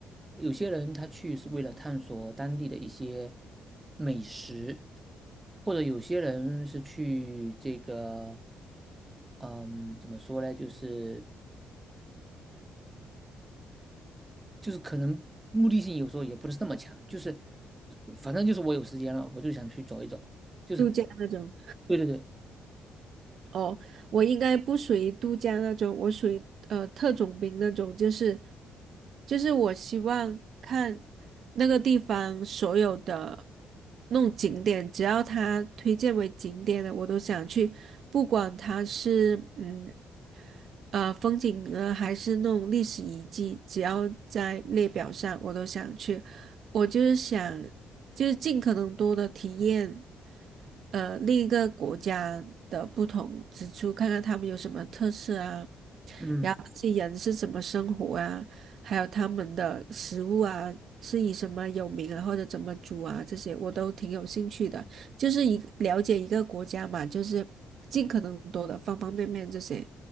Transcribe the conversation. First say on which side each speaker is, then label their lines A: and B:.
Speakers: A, on the right; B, on the right.
A: 有些人他去是为了探索当地的一些美食，或者有些人是去这个，嗯，怎么说呢？就是就是可能目的性有时候也不是那么强，就是反正就是我有时间了，我就想去走一走，就是
B: 度假那种
A: 对对对，
B: 哦，我应该不属于度假那种，我属于呃特种兵那种，就是就是我希望看那个地方所有的那种景点，只要它推荐为景点的，我都想去，不管它是嗯呃风景呢，还是那种历史遗迹，只要在列表上，我都想去。我就是想就是尽可能多的体验。呃另一个国家的不同之处，看看他们有什么特色啊，
A: 嗯，
B: 然后这些人是怎么生活啊，还有他们的食物啊，是以什么有名啊，或者怎么煮啊，这些我都挺有兴趣的。就是一了解一个国家嘛，就是尽可能多的方方面面这些，